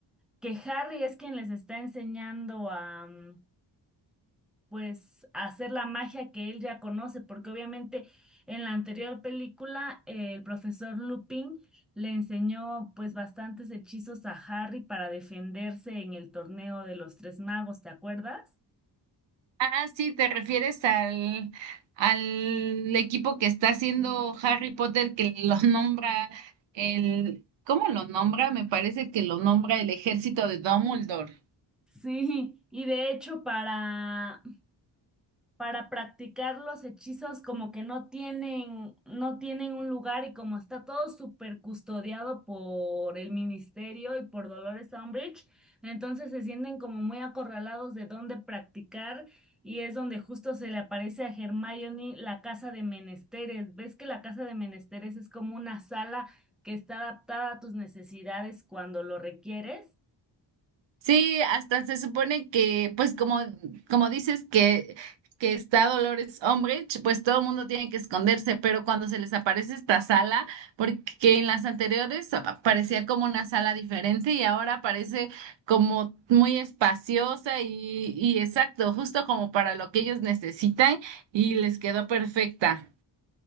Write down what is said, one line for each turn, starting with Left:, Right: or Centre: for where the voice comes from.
Centre: que Harry es quien les está enseñando a mm, pues hacer la magia que él ya conoce, porque obviamente en la anterior película eh, el profesor Lupin le enseñó pues bastantes hechizos a Harry para defenderse en el torneo de los tres magos, ¿te acuerdas?
Right: Ah, sí, te refieres al, al equipo que está haciendo Harry Potter que lo <laughs> nombra el, ¿cómo lo nombra? Me parece que lo nombra el ejército de Dumbledore.
Centre: Sí, y de hecho para para practicar los hechizos como que no tienen, no tienen un lugar y como está todo súper custodiado por el ministerio y por Dolores Umbridge, entonces se sienten como muy acorralados de dónde practicar y es donde justo se le aparece a Hermione la casa de menesteres. ¿Ves que la casa de menesteres es como una sala que está adaptada a tus necesidades cuando lo requieres?
Right: Sí, hasta se supone que, pues como, como dices que, que está Dolores Umbridge, pues todo el mundo tiene que esconderse, pero cuando se les aparece esta sala, porque en las anteriores apa- parecía como una sala diferente y ahora parece como muy espaciosa y, y exacto, justo como para lo que ellos necesitan y les quedó perfecta.